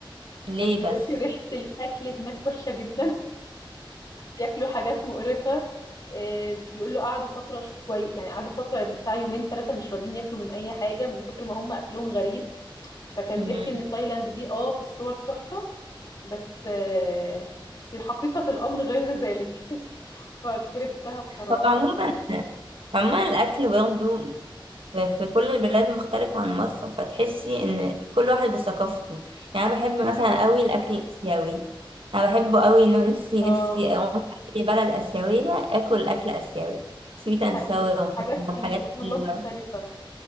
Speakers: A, on the right; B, on the left.
A: ليه
B: كان بيقول
A: بس
B: لي ريحه الاكل هناك وحشه جدا بياكلوا حاجات مقرفه آه، بيقول له قعدوا فتره مش كويس يعني قعدوا فتره بتاع يومين ثلاثه مش راضيين ياكلوا من اي حاجه من كتر ما هم اكلهم غريب فكان
A: امم
B: بيحكي ان تايلاند دي اه في الصور تحفه بس آه، بس حقيقه الامر غير ذلك فكرهتها بصراحه
A: هو عموما عموما الأكل برضه في في كل البلاد مختلف عن مصر فتحسي إن كل واحد بثقافته يعني أنا بحب مثلا
B: بالظبط.
A: قوي الأكل الآسيوي أنا بحبه قوي إنه نفسي
B: اه
A: نفسي أروح أي بلد آسيوية آكل أكل آسيوي سويت
B: دي
A: أند
B: حقيقه
A: ساور
B: حاجاتهم
A: والحاجات
B: سبحان الله
A: الحلوة
B: مختلفه